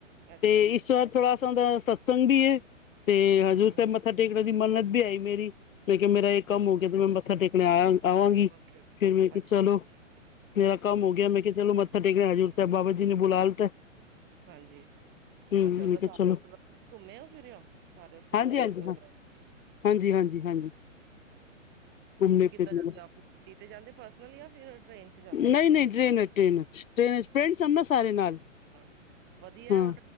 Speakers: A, on the right; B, on the left.
A: ਅੱਛਾ
B: ਤੇ
A: ਜੀ
B: ਇਸ ਵਾਰ ਥੋੜਾ ਉਥੋਂ ਦਾ ਸਤਸੰਗ ਵੀ ਹੈ। ਤੇ
A: ਹੂੰ
B: ਹਜੂਰ
A: ਹੂੰ
B: ਸਾਹਿਬ
A: ਹੂੰ
B: ਮੱਥਾ ਟੇਕਣ ਦੀ ਮੰਨਤ ਵੀ ਹੈਗੀ ਮੇਰੀ। ਮੈਂ ਕਿਹਾ ਮੇਰਾ ਇਹ ਕੰਮ ਹੋ ਗਿਆ ਤੇ ਮੈਂ ਮੱਥਾ ਟੇਕਣੇ ਆਇਆ ਆਂ ਆਵਾਂਗੀ
A: ਓਕੇ ਓਕੇ
B: ਫੇਰ ਮੈਂ
A: ਅੱਛਾ
B: ਚਲੋ
A: ਜੀ ਜੀ
B: ਮੇਰਾ
A: ਹੂੰ
B: ਕੰਮ ਹੋ ਗਿਆ ਮੈਂ ਕਿਹਾ ਚਲੋ ਮੱਥਾ ਟੇਕਣੇ ਆਂ ਹਾਜੂਰ ਸਾਹਿਬ ਬਾਬਾ ਜੀ ਨੇ ਬੁਲਾ ਲਿੱਤਾ।
A: ਹਾਂਜੀ
B: ਹੂੰ
A: ਅੱਛਾ ਤਾਂ
B: ਮੈਂ ਕਿਹਾ
A: ਸਾਰੇ
B: ਚਲੋ
A: ਘੁੰਮੇ ਹੋ ਫਿਰੇ ਹੋ ਸਾਰੇ ਉੱਥੇ
B: ਹਾਂਜੀ
A: ਜਿੰਨੇ
B: ਹਾਂਜੀ
A: ਗੁਰਦੁਵਾਰੇ।
B: ਹਾਂ ਹਾਂਜੀ ਹਾਂਜੀ ਹਾਂਜੀ। ਘੁੰਮਣੇ
A: ਤੁਸੀਂ ਕਿੱਦਾਂ
B: ਫਿਰਨੇ
A: ਜਾਂਦੇ ਆਪਣੀ ਗੱਡੀ ਜਾਂਦੇ ਪਰਸਨਲ ਜਾਂ ਫਿਰ ਟ੍ਰੇਨ? ਕਿਦੇ ਚ‌ ਜਾਂਦੇ
B: ਨਹੀਂ ਨਹੀਂ ਟ੍ਰੇਨ ਹੈ ਟ੍ਰੇਨ 'ਚ ਟ੍ਰੇਨ 'ਚ ਫਰੈਂਡਸ ਹਨ ਨਾ ਸਾਰੇ ਨਾਲ
A: ਓ ਵਧੀਆ
B: ਹਾਂ
A: ਉ